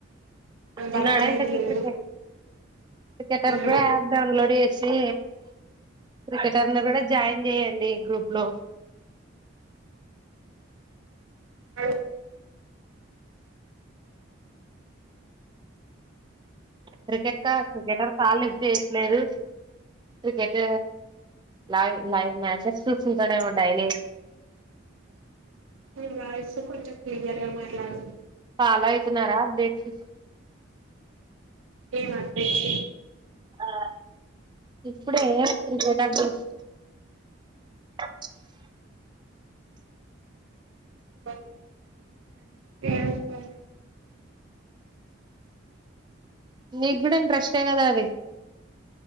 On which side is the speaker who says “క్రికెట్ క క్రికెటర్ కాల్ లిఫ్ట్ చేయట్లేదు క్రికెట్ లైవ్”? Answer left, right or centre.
Right